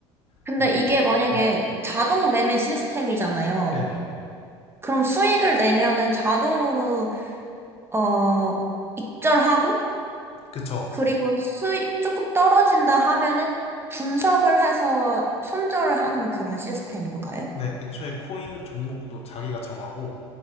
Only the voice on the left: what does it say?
그래서
네,
네네,
그쵸.
네, 애초에 코인 종목도 자기가 정하고